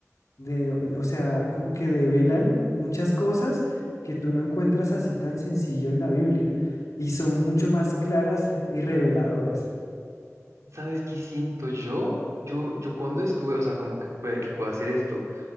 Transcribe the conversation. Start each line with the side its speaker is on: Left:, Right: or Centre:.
Left: de, o sea, como que develan muchas cosas que tú no encuentras así tan sencillo en la Biblia y son mucho más claras y reveladoras.
Right: ¿Sabes qué siento yo? Yo, yo cuando estuve, o sea, como que, puede, que puedo hacer esto.